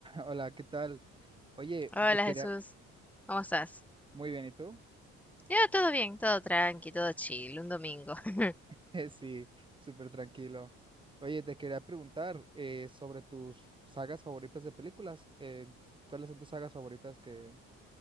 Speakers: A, on the right; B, in the centre.
A: Hola, ¿qué tal? Oye,
B: Hola
A: te quería...
B: Jesús, ¿cómo estás?
A: Muy bien, ¿y tú?
B: Ya, todo bien, todo tranqui, todo chill, un domingo. <laughs>
A: <laughs> Eh, Sí, súper tranquilo. Oye, te quería preguntar eh, sobre tus sagas favoritas de películas. Eh, ¿cuáles son tus sagas favoritas que,